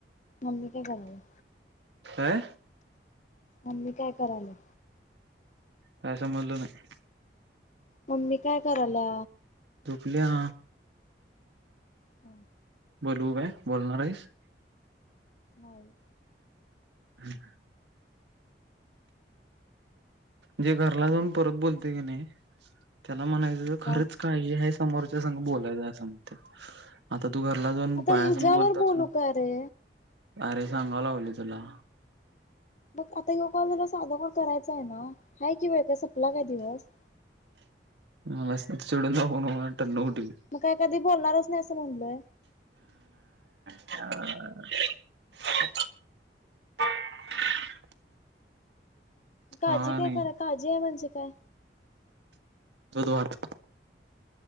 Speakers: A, on the left (about 40°); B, on the right (about 80°).
A: ममी काय करालिया
B: आं
A: मम्मी काय करालिया?
B: काय समजलं नाही
A: मम्मी काय करायला
B: झोपलीया.
A: हम
B: बोलऊ काय बोलणार आहेस.
A: नाही
B: हम् जे घरला जाऊन परत बोलतय की नाय त्यात त्याला म्हणायचं खरंच
A: काय
B: काळी हायस समोरच्या संघ बोलाय सांगतात. आता तू घरला जाऊन
A: आता
B: बायासंग
A: हिच्या्यावर
B: बोलतास
A: बोलू का रे
B: अरे सांगा लागलोय तुला
A: मग आता ह्यो काय झालं साधं कॉल करायचं आहे ना? हाय की वेळ काय सपला काय दिवस?
B: मला चिडून दाखवू नको टन उठील
A: मग काय कधी बोलणारच नाही असं म्हणलोय.
B: <inaudible>
A: काळजी
B: हा
A: घे
B: नाही
A: खरं काळजी आहे म्हणजे काय?
B: बुधवार